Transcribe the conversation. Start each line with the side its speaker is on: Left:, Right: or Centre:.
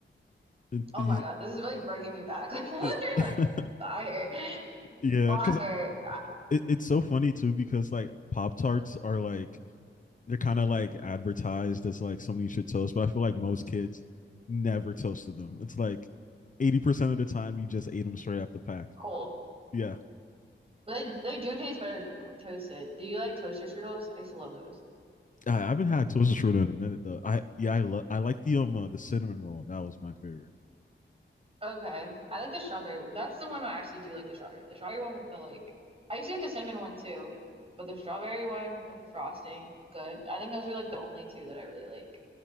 Left: It-
Right: Oh
Left: you-
Right: my God, this is really bringing me back. <laughs> Like,
Left: <laughs>
Right: like fire,
Left: yeah,
Right: fire,
Left: because
Right: ah,
Left: it, it's so funny too. Because like Pop Tarts are like they're kind of like advertised as like something you should toast, but I feel like most kids never toasted them. It's like eighty percent of the time you just ate them straight out the pack.
Right: cold.
Left: Yeah,
Right: They they do taste better to toasted. Do you like toaster strudels? I used to love those.
Left: I haven't had toaster strudel in a minute though. I yeah, I love I like the um uh, the cinnamon roll. That was my favorite.
Right: Okay, I like the strawberry. one. That's the one I actually do like the strawberry. The strawberry one with the like. I used to get the cinnamon one too, but the strawberry one with the frosting, good. I think those are like the only two that I really like.